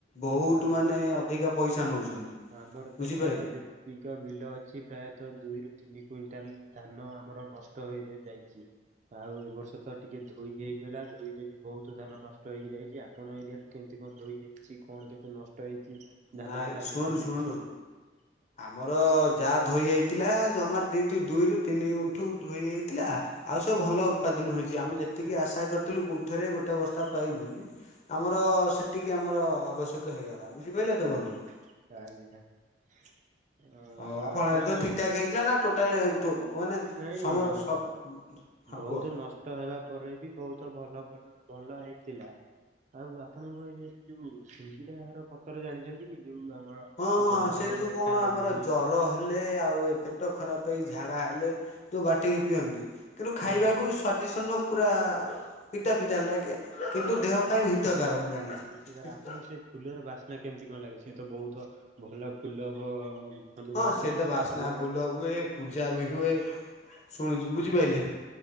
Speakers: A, on the left; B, on the right.
A: ବହୁତ
B: ହଁ ଆମ
A: ମାନେ ଅଧିକା ପଇସା ନଉଛନ୍ତି।
B: ଆମର
A: ବୁଝିପାଇଲେ।
B: ତ ପ୍ରାୟ ଯେ ତିକ ବିଲ ଅଛି ପ୍ରାୟତଃ ଦୁଇରୁ ତିନି କୁଇଣ୍ଟାଲ ଧାନ ଆମର ନଷ୍ଟ ହୋଇ ଯାଇଛି। ଆଉ ଏ ବର୍ଷ ତ ଟିକେ ଧୋଇ ହେଇଗଲା ଧୋଇରେ ବି ବହୁତ ଧାନ ନଷ୍ଟ ହେଇକି ଯାଇଛି ଆଉ। ଆପଣଙ୍କ ଏରିଆରେ କେମିତି କଣ ଧୋଇଯାଇଛି କଣ କେତେ ନଷ୍ଟ ହେଇଛି? ଧାନ
A: ନାଇଁ
B: କଟା
A: ଶୁଣନ୍ତୁ
B: ମେସିନ ରେ
A: ଶୁଣନ୍ତୁ?
B: କହିବେ
A: ଆମର ଯା ଧୋଇ ହେଇଥିଲା ଜମା ଦ ଦୁଇରୁ ତିନି ଗୁଣ୍ଠୁ ଧୋଇ ହେଇଥିଲା। ଆଉ ସବୁ ଭଲ ଉତ୍ପାଦନ ହେଇଛି ଆମେ ଯେତିକି ଆଶା କରିଥିଲୁ ଗୁଣ୍ଠରେ ଗୋଟେ ବସ୍ତା ପାଇବୁ ବୋଲି। ଆମର ସେତିିକି ଆମର ଆବଶ୍ୟକ ହେଇଗଲା ବୁଝିପାରିଲେ ତ ବନ୍ଧୁ।
B: <unintelligible> ଆଉ
A: ହଉ ଆପଣ ତ
B: ଏଇ
A: ଠିକ ଠାକ ହେଇଥିଲା ନା ଟୋଟାଲ ମାନେ
B: ନାଇଁ
A: ସମୟ
B: ନ
A: ସ ହଁ
B: ବହୁତ
A: କୁହ?
B: ନଷ୍ଟ ହେବା ପରେ ବି ବହୁତ ଭଲ ଭଲ ହେଇଥିଲା। ଆଉ ଆପଣଙ୍କ ଏରିଆରେ ଯୋଉ ସିଙ୍ଗିଡ଼ା ଘର ପତର ଜାଣିଛନ୍ତି କି ଯୋଉ ଆମର
A: ହଁ ହଁ
B: ଜର
A: ସେଇଟା
B: ହେଲେ
A: ଯୋଉ କଣ
B: ଖାଇବାକୁ
A: ଆମର ଜର ବର ହେଲେ ଆଉ ଏ ପେଟ ଖରାପ ହେଇ ଝାଡା ହେଲେ ତୋ ବାଟିକି ପିଅନ୍ତି। କିନ୍ତୁ ଖାଇବାକୁ
B: ହଁ
A: ସ୍ଵାଦିଜନ୍ନ ପୁରା ପିତା ପିତା ଲୋଗେ କିନ୍ତୁ ଦେହ ପାଇଁ ହିତକାର ମୁଁ ଜାଣିଛି।
B: ଜୁତିକାର ଆପଣଙ୍କୁ ସେ ଫୁଲର ବାସ୍ନା କେମିତି କଣ ଲାଗେ ସେ ତ ବହୁତ ଭଲ ଫୁଲ ବ ହନୁମାନ
A: ହଁ ସେ ତ ବାସ୍ନା
B: କଲର
A: ଫୁଲ ହୁଏ ପୂଜା ବି ହୁଏ ଶୁଣିଛି ବୁଝିପାଇଲେ।